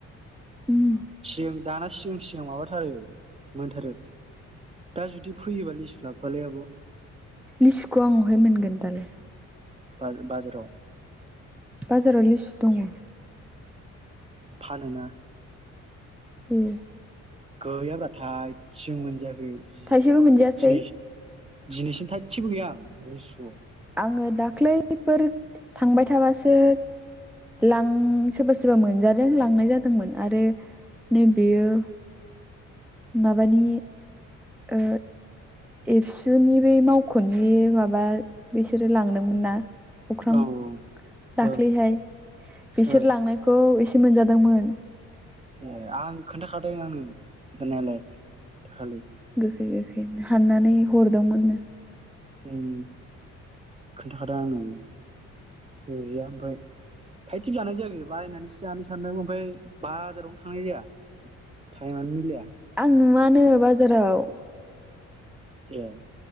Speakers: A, in the centre; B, on the right (about 20°).
A: उम
B: सिगां दाना सिगां सिगां माबाथारो मोनथारो दा जुदि फैयोबा लिसु लाबोफालै आब'
A: लिसुखौ आं वहाय मोनगोन दालाय
B: बाज-बाजाराव
A: बाजाराव लिसु दङ
B: फानोना।
A: एह
B: गोयाब्रा। थायसे मोनजाखै जि
A: थाइसेबो मोनजायासै
B: दिनैस दिनैसिम थायसेबो गैया आं लिसुखौ।
A: आङो दाख्लैफोर थांबाय थाबासो लां सोरबा सोरबा मोनजादों लांनाय जादोंमोन आरो नैबेयो माबानि ओ एबसुनि बे मावख'नि माबा बिसोरो लांदोंमोन ना। अख्रां
B: औ
A: दाख्लैहाय
B: ओ
A: बिसोर
B: ओ
A: लांनायखौ एसे मोनजादोंमोन।
B: ए आं खोन्थाखादों आंनो खोनथानायालाय दाखालि।
A: गोखै गोखै हाननानै हरदोंमोन।
B: उम। खोन्थाखादों आंनो गैया ओमफ्राय थाइसेबो जानाय जायाखै बायनानैसो जानो सानदों ओमफाय बाजारावनो थांनाय जाया टाइमानो मिलाया।
A: आं नुवानो बाज जेराव
B: ए